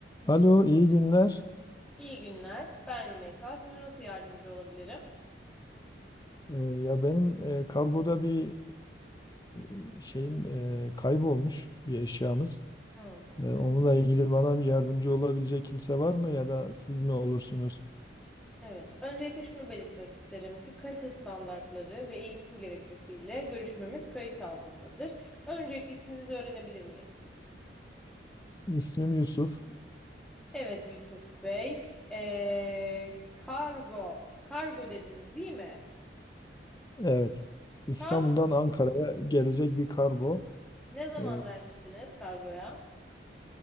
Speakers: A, on the left; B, in the centre.
A: Alo, iyi günler.
B: İyi günler. Ben Rümeysa. Size nasıl yardımcı olabilirim?
A: Ee, ya benim e, kargoda bir e, şeyim e, kaybolmuş bir eşyamız.
B: Hı.
A: E, onunla ilgili bana bir yardımcı olabilecek kimse var mı ya da siz mi olursunuz?
B: Evet. Öncelikle şunu belirtmek isterim ki kalite standartları ve eğitim gerekçesiyle görüşmemiz kayıt altındadır. Öncelikle isminizi öğrenebilir miyim?
A: İsmim Yusuf.
B: Evet Yusuf Bey. Ee, kargo. Kargo dediniz değil mi?
A: Evet. İstanbul'dan
B: Kargo.
A: Ankara'ya gelecek bir kargo.
B: Ne zaman
A: E,
B: vermiştiniz kargoya?